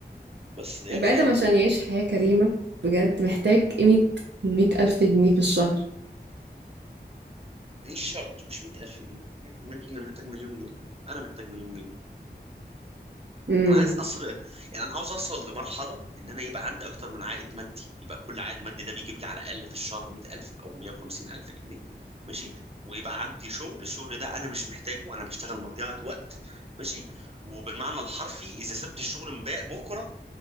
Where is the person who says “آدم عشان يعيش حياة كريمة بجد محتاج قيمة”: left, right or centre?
Right